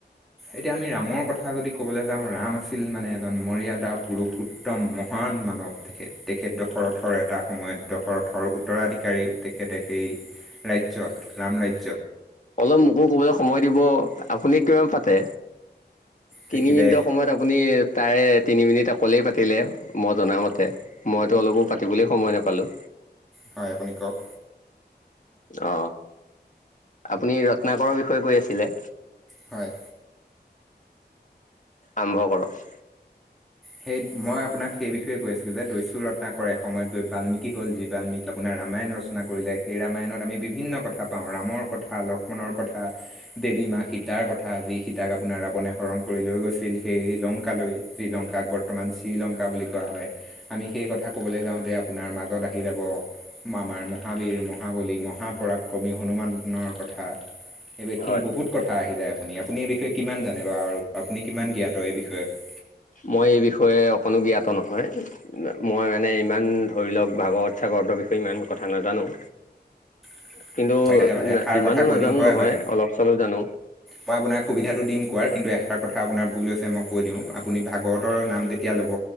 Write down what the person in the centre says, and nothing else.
এতিয়া আমি ৰামৰ কথা যদি ক'বলৈ যাওঁ ৰাম আছিল মানে এজন মৰিয়াদা পুৰুষ‌ উত্তম মহ মহান মানৱ তেখেত। তেখেত দশৰথৰ এটা সময়ত দশৰথৰ উত্তৰাধিকাৰী তেখেতে সেই ৰাজ্য, ৰাম ৰাজ্য।
তেখেতে
হয় আপুনি কওক?
হয়।
সেইত মই আপোনাক সেই বিষয়ে কৈ আছিলো যে দৈছু ৰত্নাকৰ এ সময়ত গৈ বাল্মিকী হ'ল যি বাল্মিকী আপোনাৰ ৰামায়ণ ৰচনা কৰিলে সেই ৰামায়ণত আমি বিভিন্ন কথা পাওঁ ৰামৰ কথা, লক্ষ্মণৰ কথা, দেৱ ৱী মা সীতাৰ কথা যি সীতাক আপোনাৰ ৰাৱণে হৰণ কৰি লৈ গৈছিল সেই লংকালৈ যি লং কাক বৰ্তমান শ্ৰীলংকা বুলি কোৱা হয় আমি সেই কথা ক'বলৈ যাওঁতে আপোনাৰ মাজত আহি যাব মামাৰ মহাবীৰ মহাবলী মহাপৰাক্ৰমী হনুমানৰ কথা <unintelligible> এইখিনি
বহুত কথা আহি যায় আপুনি-আপুনি এই বিষয়ে কিমান জানে বাৰু আৰু আপুনি কিমান জ্ঞাত এই বিষয়ত?
<inaudible>
মই এষাৰ
কথা কৈ
দিওঁ হয়
হয়
মই আপোনাক সুবিধাটো দিম কোৱাৰ কিন্তু এষাৰ কথা আপোনাৰ ভুল হৈছে মই কৈ দিওঁ, আপুনি ভাগৱতৰ নাম যেতিয়া ল'ব।